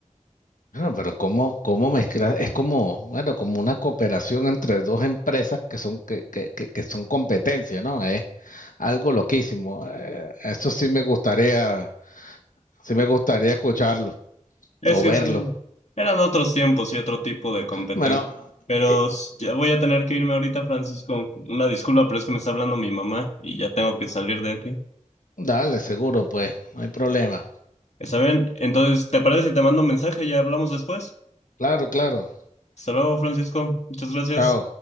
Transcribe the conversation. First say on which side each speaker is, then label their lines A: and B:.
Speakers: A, on the left; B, on the left.
A: Bueno, pero cómo, cómo mezclar, es como, bueno, como una cooperación entre dos empresas que son, que, que, que, que son competencia, ¿no? Es algo loquísimo. Eh, esto sí me gustaría sí me gustaría escucharlo
B: Es
A: o
B: que
A: verlo.
B: sí, eran otros tiempos y otro tipo de competencia.
A: Bueno,
B: Pero
A: eh,
B: s- ya voy a tener que irme ahorita, Francisco. Una disculpa, pero es que me está hablando mi mamá y ya tengo que salir de aquí.
A: dale, seguro, pues, no hay problema.
B: ¿Está bien? Entonces, ¿te parece si te mando un mensaje? Ya hablamos después.
A: Claro, claro.
B: Hasta luego, Francisco. Muchas gracias.
A: Chao.